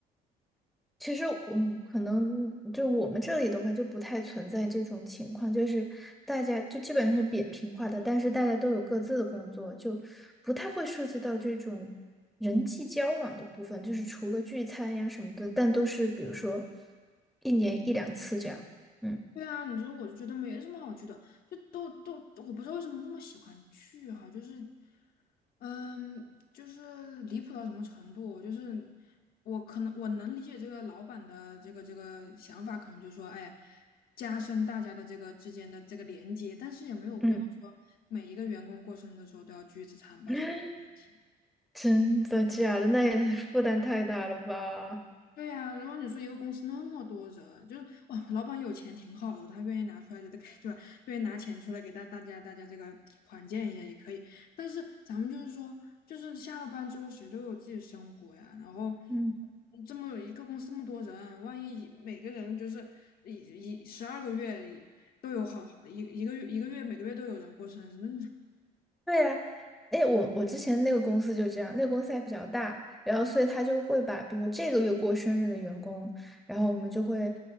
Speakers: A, in the centre; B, on the left.
A: 其实我可能就我们这里的话，就不太存在这种情况，就是大家就基本上是扁平化的，但是大家都有各自的工作，就不太会涉及到这种人际交往的部分，就是除了聚餐呀什么的，但都是比如说一年一两次这样。嗯，
B: 对啊，你说我就觉得没什么好去的，就都都，我不知道为什么那么喜欢去哈、就是，嗯，就是离谱到什么程度，就是我可能我能理解这个老板的这个这个想法，可能就是说，哎，加深大家的这个之间的这个连接，但是也没有必要说每一个员工过生日的时候都要聚一次餐吧，
A: 嗯 <laughs>
B: 所以一起
A: 真的假的？那也负担太大了吧？
B: 对呀、然后你说一个公司那么多人，就是哇，老板有钱挺好的，他愿意拿出来就得给，对吧？愿意拿钱出来给大大家大家这个团建一下也可以。但是咱们就是说，就是下了班之后谁都有自己的生活呀，然后
A: 嗯。
B: 这么一个公司那么多人，万一每个人就是一一十二个月都有好好一一个月一个月每个月都有人过生日，那
A: 对呀，哎，我我之前那个公司就这样，那个公司还比较大，然后所以他就会把，比如这个月过生日的员工，然后我们就会